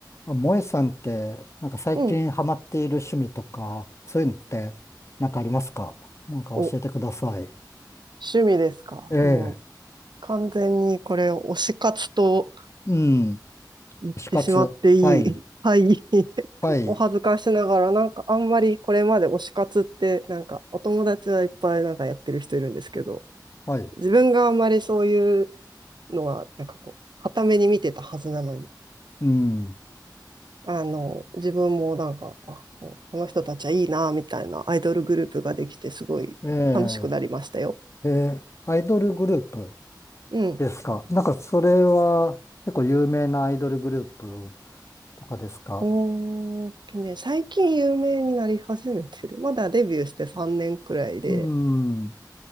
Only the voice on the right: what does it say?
うん。
お、趣味ですか。
もう完全にこれ推し活と
言ってしまっていい。
<laughs> はい。<laughs>
お恥ずかしながら、なんかあんまりこれまで推し活って、なんかお友達はいっぱいなんかやってる人いるんですけど、
自分があんまりそういうのは、なんかこう、傍目に見てたはずなのに、
あの、自分もなんか、あ、こうこの人たちはいいな、みたいなアイドルグループができて、すごい楽しくなりましたよ。
うん。
うーんとね、最近有名になり始めてる。まだデビューして3年くらいで、